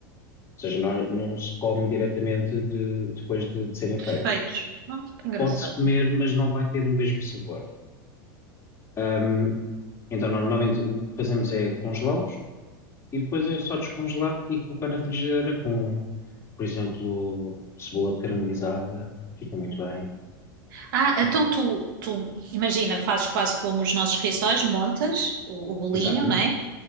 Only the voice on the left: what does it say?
Ou seja, não, não se come diretamente de- depois de de serem
feitos.
Pode-se comer, mas não vai ter o mesmo sabor. Ahm, Então, normalmente o que fazemos é congelá-los e depois é só descongelar e colocar na frigideira com, por exemplo, cebola caramelizada, fica muito bem.
Ah,
exato,